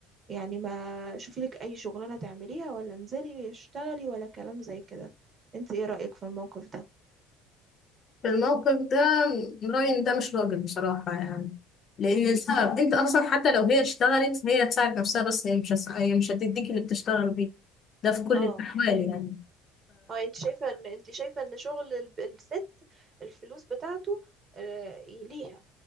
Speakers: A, on the right; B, on the left.
A: يعني ما شوفي لك اي شغلانة تعمليها ولا انزلي اشتغلي ولا كلام زي كده انت ايه رأيك في الموقف ده
B: في الموقف ده رأيي إن ده مش راجل بصراحة يعني لأن
A: امم
B: السبب أنت أصلا حتى لو هي اشتغلت هي هتساعد نفسها بس هي مش هس- هي مش هتديك اللي بتشتغل بيه ده في كل
A: اه
B: الأحوال يعني
A: اه انت شايفه ان انت شايفه ان شغل الب- الست الفلوس بتاعته آه، ليها